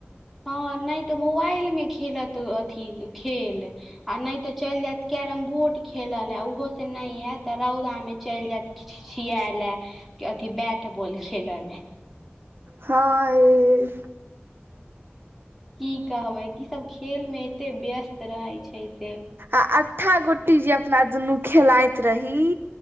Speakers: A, in the centre; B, on the right.
A: हँ, नै तऽ मोबाइल मे खेलत अथी, खेल आ नै तऽ चैल जैत कैरम बोर्ड खेलऽ लै उहो ते नै हैत, तऽ रौदामे चैल जैत। की छिछिया ले, की अथि बैट बॉल खेलऽ लै।
B: हा इर।
A: की कहबै, की सब खेल मे एते व्यस्त रहै छै से।
B: आ अठ्ठा- गुट्टी, जे अपना दुनू खेलाइत रही।